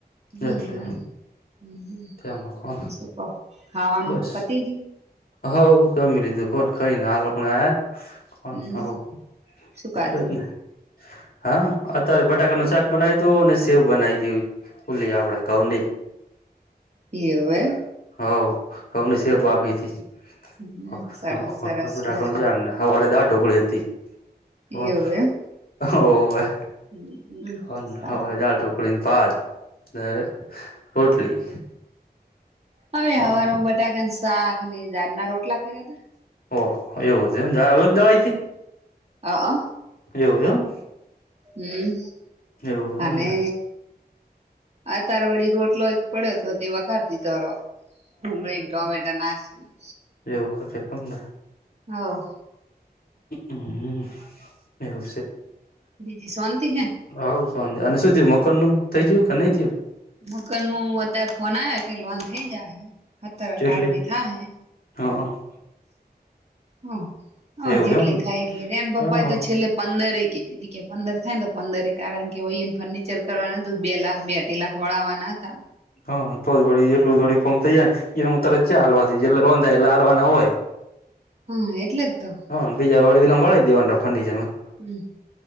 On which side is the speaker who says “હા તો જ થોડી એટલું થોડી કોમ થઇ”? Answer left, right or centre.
Left